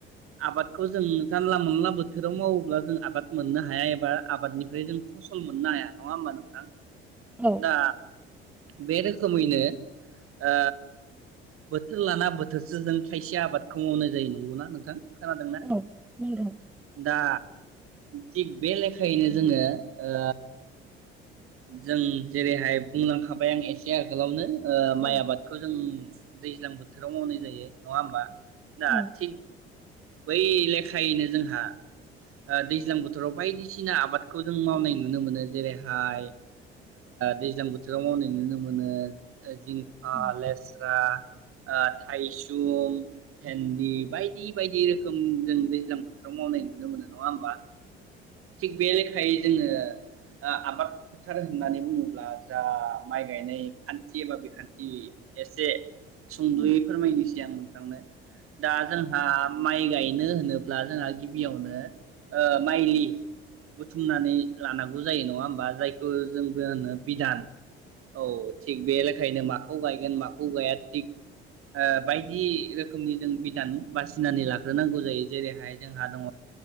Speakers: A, on the right; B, in the centre.
A: आबाद खौ जों जानला मोनला बोथोराव मावोब्ला जों आबाद मोननो हाया एबा आबादनिफ्राय जों फसल मोननो हाया नङा होमबा नोंथां।
B: औ
A: दा बे रोखोमैनो ओ बोथोर लाना बोथोरसो जों खायसे आबादखौ मावनाय जायो नंगौना नोंथां। खोनादोंना
B: औ नंगौ
A: दा थिग बे लेखायैनो जोङो ओ जों जेरैहाय बुंलांखाबाय आं एसे आगोलावनो। ओ
B: औ
A: माइ आबादखौ जों दैज्लां बोथोराव मावनाय जायो। नङा होमबा दा
B: औ
A: थिग बै लेखायैनो जोंहा दैज्लां ओ बोथोराव बायदिसिना आबादखौ जों मावनाय नुनो मोनो जेरैहाय दैज्लां ओ बोथोराव मावनाय नुनो मोनो। जिंखा
B: औ
A: लेस्रा ओ थायसुम, भेन्दि बायदि बेबायदि रोखोम जों दैज्लां बोथोराव मावनाय नुनो मोनो नङा होमबा। थिग बे लेखायै जोङो ओ आबाद फोथार होननानै बुङोब्ला जा माइ गायनाय खान्थि एबा बिखान्थि एसे सुंदयै
B: औ
A: फोरमायनोसै आं नोंथांनो दा जोंहा माइ गाय बेनो होनोब्ला जोंहा गिबियावनो ओ माइलि। बुथुमनानै लानांगौ जायो नङा होमबा जाय जोंबो जोंजे होनो बिधान। औ थिग। बे लेखायनो माखौ गायगोन मा खुगाया थिग ओ बायदि रोखोमनि जों बिदान बासिनानानै लाग्रोनांगौ जायो जेरैहाय जोंहा दङ